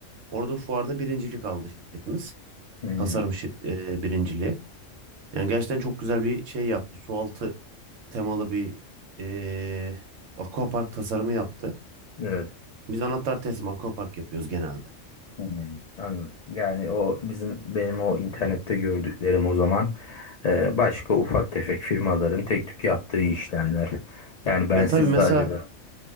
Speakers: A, on the right (about 75°); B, on the left (about 60°).
A: Orada fuarda birincilik aldı şirketimiz.
B: Hmm,
A: Tasarım şir e, birinciliği. Yani gerçekten çok güzel bir şey yaptı. Sualtı temalı bir e, aquapark tasarımı yaptı.
B: Evet.
A: Biz anahtar teslim aquapark yapıyoruz genelde.
B: hmm, anladım. Yani O bizim benim o internette gördüklerim o zaman e, başka ufak tefek firmaların tek tük yaptığı işlemler. Yani ben
A: Ya
B: sizde
A: tabii mesela
B: acaba?